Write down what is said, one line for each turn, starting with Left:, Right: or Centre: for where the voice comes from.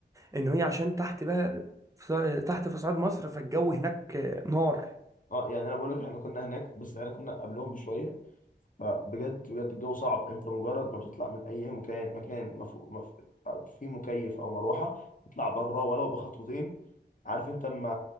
Right: ان هي عشان تحت بقى في- تحت في صعيد مصر فالجو هناك نار
Left: اه يعني انا بقول لك احنا كنا هناك بس احنا كنا قبلهم بشويه فبجد بجد الجو صعب انت مجرد ما بتطلع من اي مكان مكان مفو... مف... في مكيف او مروحه تطلع بره ولو بخطوتين عارف انت ما